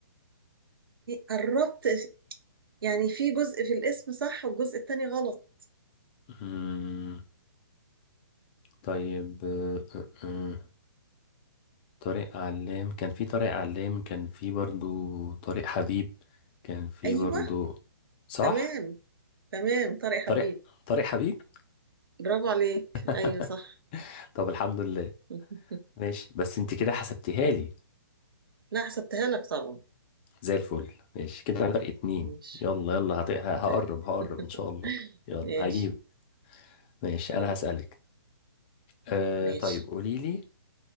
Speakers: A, on the right (about 65°); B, on the left (about 25°).
A: قربت يعني في جزء في الاسم صح والجزء التاني غلط
B: مم، طيب آه آه، آه، طارق علام كان في طارق علام كان في برضو طارق حبيب كان في
A: ايوه
B: برضو صح
A: تمام تمام طارق
B: طارق
A: حبيب
B: طارق حبيب
A: برافو عليك
B: <laughs>
A: ايوه صح
B: طب الحمد لله
A: <laughs>
B: ماشي بس انت كده حسبتيها لي
A: لا حسبتها لك طبعا
B: زي الفل ماشي كده فرق اتنين
A: ماشي
B: يلا يلا هت... ه- هقرب
A: تمام
B: هقرب
A: <laughs>
B: ان شاء الله يلا
A: ماشي
B: هجيب ماشي
A: طيب
B: انا هسألك أه
A: ماشي
B: طيب قولي لي